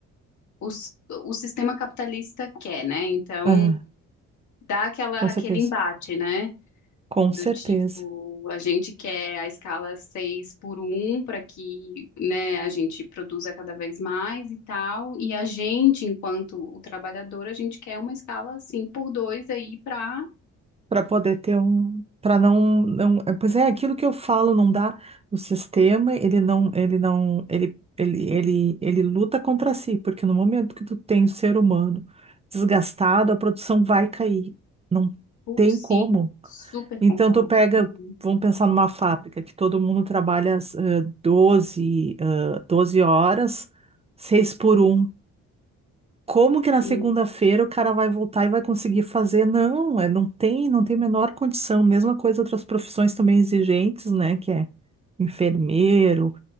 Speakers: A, on the left (about 70°); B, on the right (about 20°).
A: os, o sistema capitalista quer, né? Então,
B: aham,
A: dá aquela,
B: com certeza.
A: aquele embate, né?
B: Com
A: Do
B: certeza.
A: tipo, a gente quer a escala 6 por um para que, né, a gente produza cada vez mais e tal, e a gente, enquanto o trabalhador, a gente quer uma escala 5 por 2 aí para
B: para poder ter um, para não, não, é, pois é, aquilo que eu falo não dá. O sistema, ele não, ele não, ele, ele, ele, ele luta contra si, porque no momento que tu tem o ser humano desgastado, a produção vai cair. Não
A: Putz,
B: tem como.
A: sim, super
B: Então
A: concordo.
B: tu pega,
A: Uhum,
B: vamos pensar numa fábrica que todo mundo trabalha eh, doze eh, 12 horas, 6 por um como que na
A: sim.
B: segunda-feira o cara vai voltar e vai conseguir fazer? Não, é, não tem, não tem a menor condição. Mesma coisa outras profissões também exigentes, né? Que é enfermeiro,